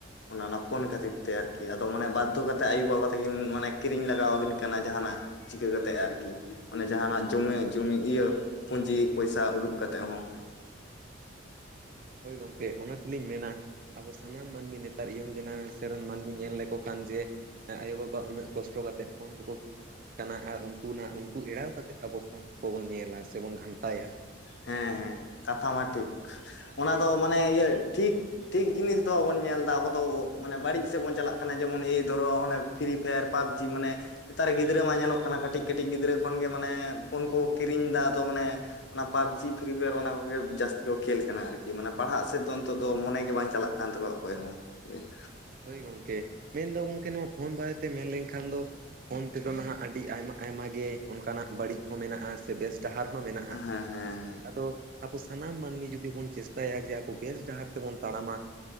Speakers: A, on the left; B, on the right.
A: ᱚᱱᱟ ᱚᱱᱟ ᱯᱷᱳᱱ ᱠᱷᱟᱹᱛᱤᱨ ᱛᱮ ᱟᱨᱠᱤ ᱟᱫᱚ ᱢᱟᱱᱮ ᱵᱟᱫᱽᱫᱷᱚ ᱠᱟᱛᱮᱮᱫ ᱟᱭᱩᱼᱵᱟᱵᱟ ᱛᱟᱹᱠᱤᱱ ᱢᱟᱱᱮ ᱠᱤᱨᱤᱧ ᱞᱟᱜᱟᱣ ᱟᱠᱤᱱ ᱠᱟᱱᱟ ᱡᱟᱦᱟᱱᱟᱜ ᱪᱤᱠᱟᱹ ᱠᱟᱛᱮᱫ ᱟᱨᱠᱤ, ᱚᱱᱮ ᱡᱟᱦᱟ ᱱᱟᱜ ᱡᱚᱢᱤ ᱡᱚᱢᱤ ᱤᱭᱟᱹ ᱯᱩᱸᱡᱤ ᱯᱚᱭᱥᱟ ᱩᱰᱩᱠ ᱠᱟᱛᱮᱜ ᱦᱚᱸ,
B: ᱦᱳᱭ ᱜᱚᱝᱠᱮ ᱚᱱᱟ ᱛᱮᱞᱤᱧ ᱢᱮᱱᱟ ᱟᱵᱚ ᱥᱟᱱᱟᱢ ᱢᱟᱹᱱᱢᱤ ᱱᱮᱛᱟᱨ ᱤᱭᱚᱝ ᱡᱮᱱᱟᱨᱮᱥᱮᱱ ᱨᱮᱱ ᱢᱟᱹᱱᱢᱤ ᱧᱮᱞ ᱞᱮᱠᱚ ᱠᱷᱟᱱ ᱡᱮ ᱮᱸ ᱟᱭᱳᱼᱵᱟᱵᱟ ᱩᱱᱟᱹᱜ ᱠᱚᱥᱴᱚ ᱠᱟ ᱠᱟᱛᱮ ᱯᱷᱱ ᱠᱚᱠᱚ ᱠᱤᱨᱤᱧ ᱟᱵᱚᱱ ᱠᱟᱱᱟ ᱟᱨ ᱩᱱᱠᱩ ᱩᱱᱠᱩ ᱮᱲᱟᱣ ᱠᱟᱛᱮ ᱟᱵᱚ ᱯᱷᱳᱱ ᱠᱚᱵᱚᱱ ᱧᱮᱞᱟ ᱥᱮᱵᱚᱱ ᱜᱷᱟᱱᱴᱟᱭᱟ ᱾
A: ᱦᱮᱸ ᱦᱮᱸ ᱠᱟᱛᱷᱟ ᱢᱟ ᱴᱷᱤᱠ ᱚᱱᱟ
B: ᱦᱳᱭ
A: ᱫᱚ ᱢᱟᱱᱮ
B: ᱢᱮᱱ
A: ᱤᱭᱟᱹ ᱴᱷᱤᱠ ᱴᱷᱤᱠ ᱡᱤᱱᱤᱥ ᱫᱚ ᱵᱟᱵᱚᱱ ᱧᱮᱞ ᱮᱫᱟ ᱟᱵᱚ ᱢᱟᱱᱮ ᱵᱟᱹᱲᱤᱡ ᱥᱮᱫ ᱵᱚᱱ ᱪᱟᱞᱟᱜ ᱠᱟᱱᱟ ᱡᱮᱢᱚᱱ ᱮᱭ ᱫᱷᱚᱨᱚ ᱚᱱᱮ ᱯᱷᱨᱤ ᱯᱷᱟᱭᱟᱨ ᱯᱵᱡᱤ ᱢᱟᱱᱮ ᱱᱮᱛᱟᱨ ᱜᱤᱫᱽᱨᱟᱹ ᱢᱟ ᱧᱮᱞᱚᱜ ᱠᱟᱱᱟ ᱠᱟᱹᱴᱤᱡ ᱠᱟᱹᱴᱤᱡ ᱜᱤᱫᱽᱨᱟᱹ ᱠᱷᱚᱱᱜᱮ ᱢᱟᱱᱮ ᱯᱷᱳᱱ ᱠᱚ ᱠᱤᱨᱤᱧ ᱮᱫᱟ ᱛᱚ ᱢᱟᱱᱮ ᱚᱱᱟ ᱯᱟᱵᱡᱤ ᱯᱷᱨᱤ ᱯᱷᱟᱭᱟᱨ ᱚᱱᱟ ᱠᱚᱜᱮ ᱡᱟᱹᱥᱛᱤ ᱠᱚ ᱠᱷᱮᱞ ᱠᱟᱱᱟ ᱟᱨᱠᱤ ᱢᱟᱱᱮ ᱯᱟᱲᱦᱟᱜ ᱥᱮᱫ ᱫᱚ ᱱᱤᱛᱚᱜ ᱫᱚ ᱢᱚᱱᱮ ᱜᱮ ᱵᱟᱝ ᱪᱟᱞᱟᱜ ᱠᱟᱱ ᱛᱟᱠᱚᱣᱟ ᱚᱠᱚᱭ ᱦᱚᱸ ᱜᱮ ᱾
B: ᱦᱳᱭ ᱜᱚᱢᱠᱮ ᱢᱮᱱᱫᱚ ᱜᱚᱢᱠᱮ ᱱᱚᱣᱟ ᱯᱷᱳᱱ ᱵᱟᱨᱮᱛᱮ ᱢᱮᱱ ᱞᱮᱱᱠᱷᱟᱱ ᱫᱚ ᱯᱷᱳᱱ ᱛᱮᱫᱚ ᱱᱟᱦᱟᱜ ᱟᱹᱰᱤ ᱟᱭᱢᱟ ᱟᱭᱢᱟ ᱜᱮ ᱚᱱᱠᱟᱱᱟᱜ ᱵᱟᱹᱲᱤᱡ ᱦᱚᱸ ᱢᱮᱱᱟᱜᱼᱟ, ᱥᱮ ᱵᱮᱥ ᱰᱟᱦᱟᱨ ᱦᱚᱸ ᱢᱮᱱᱟᱜᱼᱟ
A: ᱦᱮᱸ ᱦᱮᱸ ᱦᱮᱸ
B: ᱾ ᱟᱫᱚ ᱟᱵᱚ ᱥᱟᱱᱟᱢ ᱢᱟᱹᱱᱢᱤ ᱡᱩᱫᱤ ᱵᱚᱱ ᱪᱮᱥᱴᱟᱭᱟ ᱡᱮ ᱟᱵᱚ ᱵᱮᱥ ᱰᱟᱦᱟᱨ ᱛᱮᱵᱚᱱ ᱛᱟᱲᱟᱢᱟ